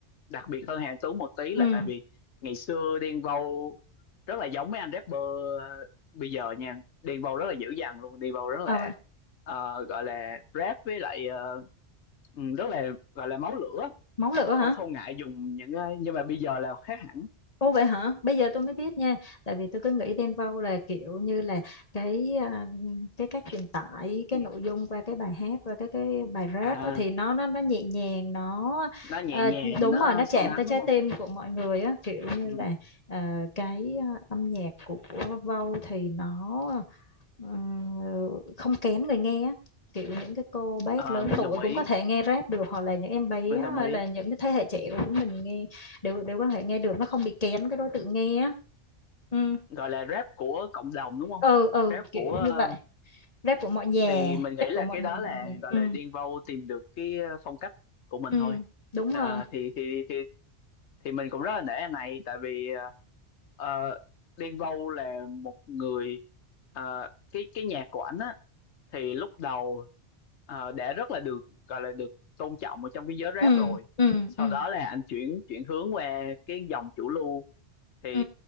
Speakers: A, on the left; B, on the left.
A: đặc biệt hơn Hà Anh Tú một tí
B: ừ,
A: là tại vì ngày xưa Đen Vâu rất là giống mấy anh rapper ờ, bây giờ nha Đen Vâu rất là dữ dằn luôn Đen Vâu rất
B: ờ,
A: là ờ, gọi là rap với lại ờ, ừ, rất là gọi là máu lửa
B: máu lửa
A: không
B: hả
A: không ngại dùng những cái nhưng mà bây giờ là khác hẳn
B: Ồ vậy hả? Bây giờ tôi mới biết nha. Tại vì tôi cứ nghĩ Đen Vâu là kiểu như là cái à, cái cách truyền tải cái
A: Ừ.
B: nội dung qua cái bài hát qua cái cái bài rap
A: à
B: á, thì nó nó nó nhẹ nhàng nó
A: nó nhẹ
B: ờ,
A: nhàng
B: đúng
A: nó
B: rồi nó chạm
A: sâu lắng
B: tới trái
A: đúng
B: tim
A: không
B: của mọi người á kiểu như
A: Ừ.
B: là ờ, cái à, âm nhạc của Vâu thì nó ờ, không kén người nghe á. kiểu những cái cô bác
A: Ờ,
B: lớn
A: mình
B: tuổi
A: đồng ý
B: cũng có thể nghe rap được hoặc là những em bé
A: mình đồng
B: hay
A: ý
B: là những cái thế hệ trẻ của chúng mình nghe để để quan hệ nghe được nó không bị kén cái đối tượng nghe á ừ
A: gọi là rap của cộng đồng đúng không
B: ừ ừ
A: rap của
B: kiểu
A: ờ,
B: như vậy rap của mọi nhà
A: thì mình nghĩ
B: rap
A: là
B: của mọi
A: cái
B: người
A: đó là
B: mọi nhà
A: gọi
B: ừ
A: là điên vâu tìm được cái ờ, phong cách của mình
B: ừ
A: thôi
B: đúng
A: à,
B: rồi
A: thì thì thì thì mình cũng rất là nể anh này tại vì ờ, ờ, điên vô là một người ờ, cái cái nhạc của ảnh á thì lúc đầu ờ, đã rất là được gọi là được tôn trọng ở trong cái giới rap
B: ừ
A: rồi
B: ừ
A: sau
B: ừ
A: đó là anh chuyển chuyển hướng qua cái dòng chủ lưu thì
B: ừ